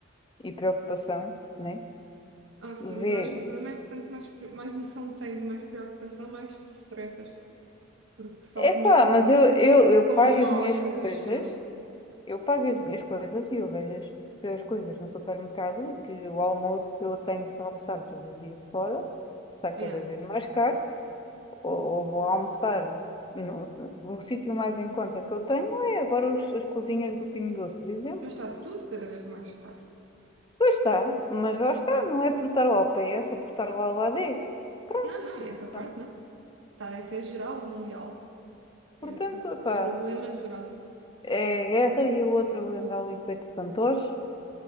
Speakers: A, on the left (about 25°); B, on the right (about 80°).
A: e preocupação, né?
B: Ah, sim, mas
A: Vê,
B: eu acho que o problema é que quanto mais, pre- mais noção tens e mais preocupação, mais te estressas, porque sabes
A: epá,
B: mesmo
A: mas eu, eu, eu
B: quão
A: pago
B: mal
A: as minhas
B: as coisas
A: coisas
B: são.
A: Eu pago as minhas coisas e eu vejo as, que as coisas no supermercado, que o almoço que eu tenho de almoçar todos os dias fora está cada
B: Yeah.
A: vez mais caro, ou, ou vou almoçar no, no sítio mais em conta que eu tenho é agora os- as cozinhas do Pingo Doce, por exemplo.
B: Mas está tudo cada vez mais caro.
A: Pois está, mas lá está, não é por estar lá ao PS ou por estar lá ao AD. Pronto,
B: Não, não, essa parte
A: pronto.
B: não. Tá, isso é geral, mundial.
A: portanto,
B: É tipo
A: epá,
B: problema geral.
A: é a guerra e o outro anda ali feito fantoche